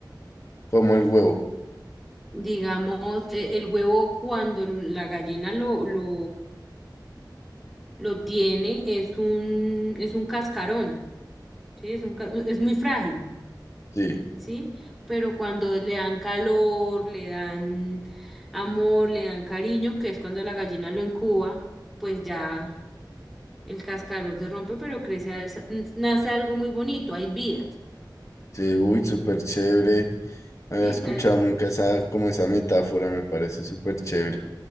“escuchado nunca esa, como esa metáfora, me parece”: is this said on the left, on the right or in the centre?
Left